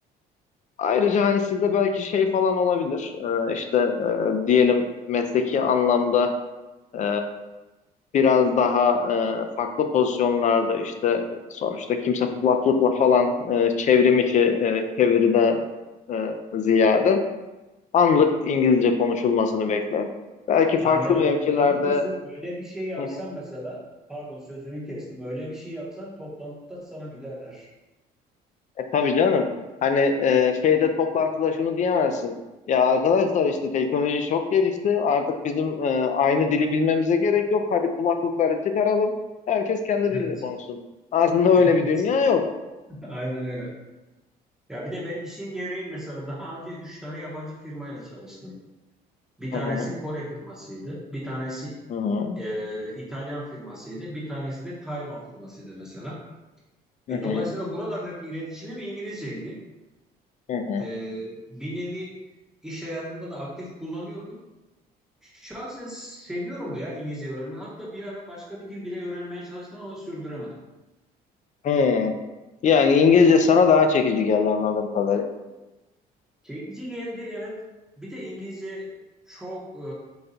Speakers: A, on the left; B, in the centre.
A: ayrıca hani sizde belki şey falan olabilir. E, işte e, diyelim mesleki anlamda e, biraz daha e, farklı pozisyonlarda işte sonuçta kimse kulaklıkla falan e, çevrim içi e, çeviriden e, ziyade anlık İngilizce konuşulmasını bekler. Belki farklı
B: Aynen öyle.
A: mevkilerde
B: İnanır mısın? Öyle bir şey yapsam
A: hı hı.
B: mesela, pardon sözünü kestim. Öyle bir şey yapsan toplantıda sana gülerler.
A: E tabii canım. Hani e, şeyde toplantıda şunu diyemezsin. Ya arkadaşlar işte teknoloji çok gelişti. Artık bizim e, aynı dili bilmemize gerek yok. Hadi kulaklıkları çıkaralım. Herkes kendi
B: Evet.
A: dilini konuşsun. Aslında
B: <laughs>
A: öyle
B: Evet.
A: bir dünya yok.
B: Aynen öyle. Ya bir de ben işim gereği mesela daha önce üç tane yabancı firmayla çalıştım. Bir
A: Hı
B: tanesi
A: hı.
B: Kore firmasıydı, bir tanesi
A: Hı hı.
B: e, İtalyan firmasıydı, bir tanesi de Tayvan firmasıydı mesela.
A: Hı
B: E,
A: hı.
B: dolayısıyla buralardaki iletişimim İngilizceydi.
A: Hı hı.
B: E, bir nevi iş hayatımda da aktif kullanıyordum. Şahsen seviyorum da ya İngilizce öğrenmeyi. Hatta bir ara başka bir dil bile öğrenmeye çalıştım ama sürdüremedim.
A: Hı. Yani İngilizce sana daha çekici geldi anladığım kadarıyla.
B: Çekici geldi evet. Bir de İngilizce çok eee,